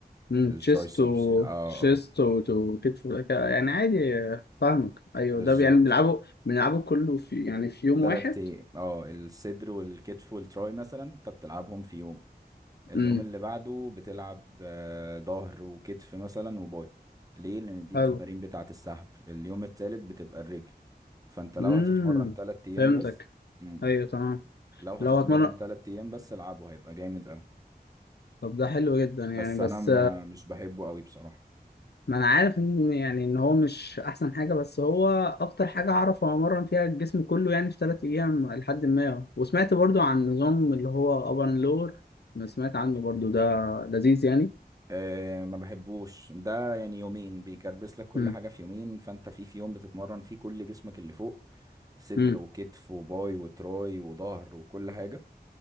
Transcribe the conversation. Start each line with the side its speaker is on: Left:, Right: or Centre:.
Left: امم
Right: الترايسبس
Left: تشيست و
Right: اه
Left: تشيست
Right: اه
Left: و تو- كتف وك- يعني عادي آه، فاهمك ايوه
Right: بالظبط
Left: ده يعني بنلعبه بنلعبه كله في يعني في يوم
Right: تلات
Left: واحد
Right: أي- اه الصدر والكتف والتراي مثلا انت بتلعبهم في يوم اليوم
Left: امم
Right: اللي بعده بتلعب آه، ظهر وكتف مثلا وباي ليه لان دي
Left: حلو
Right: التمارين بتاعه السحب اليوم التالت بتبقى الرجل فانت لو
Left: امم
Right: هتتمرن تلات ايام
Left: فهمتك
Right: بس م-م.
Left: ايوه تمام
Right: لو هتتمرن
Left: لو هتمرن
Right: تلات ايام بس العبه هيبقى جامد اوي
Left: طب ده حلو جدا يعني
Right: بس
Left: بس
Right: انا ما مش بحبه قوي بصراحة
Left: ما انا عارف ان يعني ان هو مش احسن حاجه بس هو اكتر حاجه اعرف امرن فيها الجسم كله يعني في ثلاث ايام لحد ما وسمعت برضو عن نظام اللي هو ابر اند لور سمعت عنه برضو ده لذيذ يعني
Right: أه ما بحبوش ده يعني يومين بيكربس لك كل
Left: امم
Right: حاجة في يومين فانت في في يوم بتتمرن فيه كل جسمك اللي فوق صدر
Left: امم
Right: وكتف وباي وتراي وظهر وكل حاجة